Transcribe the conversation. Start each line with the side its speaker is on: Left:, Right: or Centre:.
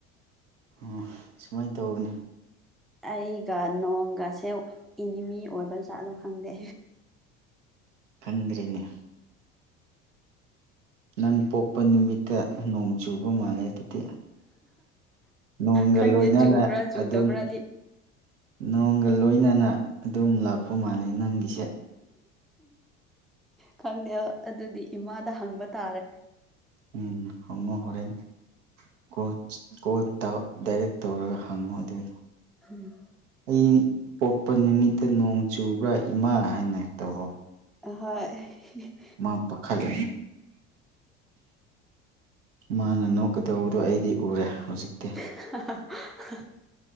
Right: ꯑꯣ ꯁꯨꯃꯥꯏꯅ ꯇꯧꯕꯅꯦ
Centre: ꯑꯩꯒ ꯅꯣꯡꯒꯁꯦ ꯏꯅꯤꯃꯤ ꯑꯣꯏꯕ ꯆꯥꯠꯂꯣ ꯈꯪꯗꯦ
Right: ꯈꯪꯗ꯭ꯔꯤꯅꯦ ꯅꯪ ꯄꯣꯛꯄ ꯅꯨꯃꯤꯠꯇ ꯅꯣꯡ ꯆꯨꯕ ꯃꯥꯜꯂꯦ ꯑꯗꯨꯗꯤ ꯅꯣꯡꯒ
Centre: ꯈꯪꯗꯦ
Right: ꯂꯣꯏꯅꯅ
Centre: ꯆꯨꯕ꯭ꯔꯥ ꯆꯨꯗꯕ꯭ꯔꯗꯤ
Right: ꯑꯗꯨꯝ ꯅꯣꯡꯒ ꯂꯣꯏꯅꯅ ꯑꯗꯨꯝ ꯂꯥꯛꯄ ꯃꯥꯜꯂꯦ ꯅꯪꯒꯤꯁꯦ
Centre: ꯈꯪꯗꯦ ꯑꯗꯨꯗꯤ ꯏꯃꯥꯗ ꯍꯪꯕ ꯇꯥꯔꯦ
Right: ꯎꯝ ꯃꯅ ꯍꯣꯔꯦꯟ ꯀꯣꯆ ꯀꯣ ꯗꯥꯏꯔꯦꯛ ꯇꯧꯔꯒ ꯍꯪꯉꯣ ꯑꯗꯨꯒꯤꯗꯣ
Centre: ꯎꯝ
Right: ꯑꯩ ꯄꯣꯛꯄ ꯅꯨꯃꯤꯠꯇ ꯅꯣꯡ ꯆꯨꯕ꯭ꯔꯥ ꯏꯃꯥ ꯍꯥꯏꯅ ꯇꯧꯔꯣ
Centre: ꯍꯣꯏ
Right: ꯃꯥ ꯄꯥꯈꯥꯏ ꯃꯥꯅ ꯅꯣꯛꯀꯗꯧꯕꯗꯣ ꯑꯩꯗꯤ ꯎꯔꯦ ꯍꯧꯖꯤꯛꯇꯤ
Centre: ꯑ